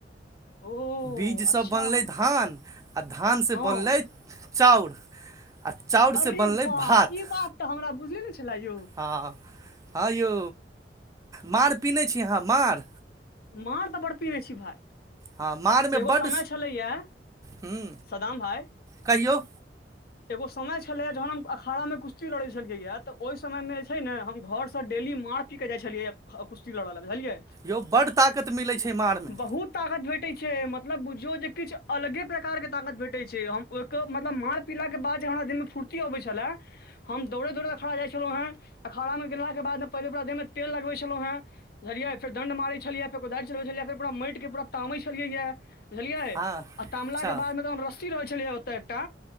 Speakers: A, on the left; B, on the right.
A: ओह!
B: बीजसँ
A: अच्छा,
B: बनलै धान आ धानसँ
A: हाँ,
B: बनलै चाउर आ चाउरसँ
A: अरे
B: बनलै
A: वाह!
B: भात
A: ई बात तऽ हमरा बुझै नय छलय यौ
B: हँ हँ यौ मड़ पिहै छी अहाँ माँड़
A: मार तऽ बड़ पिहने छी भाय
B: हँ माड़मे
A: एगो
B: बड्ड
A: समय छलैया
B: हूँ
A: सदाम भाई
B: कहियौ
A: एगो समय छलैए जहन हम अखाड़ामे कुश्ती लड़ै छलियै हा तऽ ओहि समयमे जे छै ने हम घरसँ डेली माथ की कहि जाइ छलियै कुश्ती लड़ऽ लए बुझियै
B: यौ बड्ड ताकत मिलै छै मारमे
A: बहुत ताकत भेटय छै मतलब बुझियो जे किछ अलगे प्रकार के ताकत भेटे छै हम आइके मतलब मार पीला के बाद जे हमरा दिन में फूर्ती अबै छलै हम दौड़े दौड़ैत अखाड़ा जाइ छलहुँ हें अखाड़ा में केला के बाद पहिले पुरा देह में तेल लगबै छलौं है बुझलियै फेर दंड मारै छलिए फेर कोदारि चलबै छलिय फेर पूरा मैट के पूरा तामै छलिये या बुझलियै
B: हँ अच्छा
A: आ तामला के बादमे तऽ हम रस्सी रहै छलियै ओतऽ एकटा